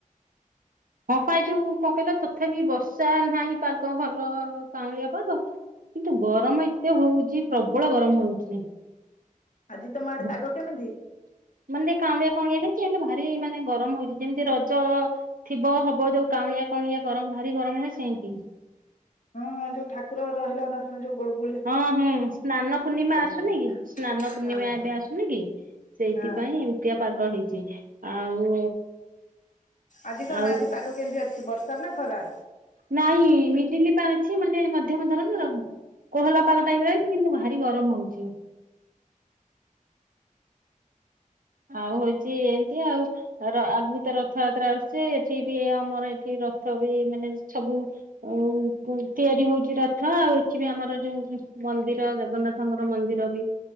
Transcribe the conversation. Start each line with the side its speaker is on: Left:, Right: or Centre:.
Right: ହଁ ପା ଯୋଉ କଣ କହିଲ ତଥାପି ବର୍ଷା ନାହିଁ ପାଗ ଭଲ କାଉଁଳିଆ ପାଗ କିନ୍ତୁ ଗରମ ଏତେ ହଉଛି ପ୍ରବଳ ଗରମ ହଉଛି।
Left: ଆଜି ତମ ଆଡେ
Right: ବୋ
Left: ପାଗ କେମିତି?
Right: ମାନେ କାଉଁଳିଆ କାଉଁଳିଆ ହେଇଛି ହେଲେ ଭାରି ମାନେ ଗରମ ହଉଛି ଯେମିତି ରଜ-ଅ-ଅ-ଅ ଥିବ ହବ ଯୋଉ କାଉଁଳିଆ କାଉଁଳିଆ ଗରମ ଭାରି ଗରମ ହୁଏ ସେମତି।
Left: ହଁ ଯୋଉ ଠାକୁର ରହିଲା ନ ଶୁଣ ଯୋଉ ଗୁଳ
Right: ହଁ ହଁ ସ୍ନାନ ପୂର୍ଣ୍ଣିମା ଆସୁନି
Left: ହଉ
Right: କି ସ୍ନାନ ପୂର୍ଣ୍ଣିମା
Left: ହଁ ହଁ
Right: ଏବେ ଆସୁନି କି ସେଇଥିପାଇଁ
Left: ହଁ
Right: ଏମ୍ ବଡ଼ିଆ ପାଗ ହେଇଛି ଆଉ
Left: ଆଜି କଣ
Right: ଆଉ
Left: ଆଜି ପାଗ କେମିତି ଅଛି ବର୍ଷା ନା ଖରା?
Right: ନାଇଁ ମିଡିଲି ପା ଅଛି ମାନେ ମଧ୍ୟମ ଧରଣର କୋହଲା ପାଗ ଟା ବି ନାହିଁ କିନ୍ତୁ ଭାରି ଗରମ ହଉଛି। ଆଉ ହଉଛି ଏମିତି ଆଉ। ଆଗ ର ରଥଯାତ୍ରା ଆସୁଛି ଏଠି ବି ଆମର ଏଠି ରଥ ବି ମାନେ ସବୁ ଉଁ ଆଉ ତିଆରି ହଉଛିି ରଥ ଆଉ ଏଠି ବି ଆମର ଯୋଉ ମନ୍ଦିର ଜଗନ୍ନାଥ ଙ୍କର ମନ୍ଦିର ବି